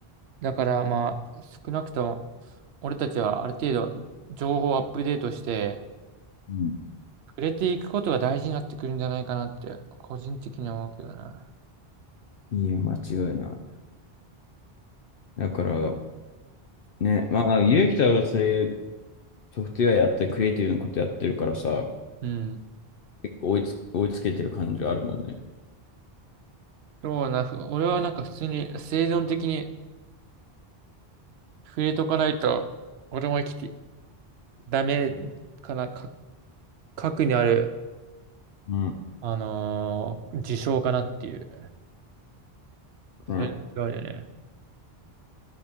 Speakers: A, on the right (about 80°); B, on the left (about 65°).
A: だからまあ、少なくとも、俺たちはある程度、情報をアップデートして、
B: うん
A: 触れていくことが大事になってくるんじゃないかなって、個人的には思うけどな。
B: いいよ、間違いない。だから、ね、まあ、ゆうきたがそういうソフトウェアやって、クリエイティブなことやってるからさ、
A: うん。
B: 結構追いつ、追いつけてる感じはあるもんね。
A: そうな、ふ俺はなんか普通に生存的に触れとかないと、俺も生きて、ダメかな、か、核にある
B: うん。
A: あのー自称かなっていう。
B: ね
A: それ違うよね。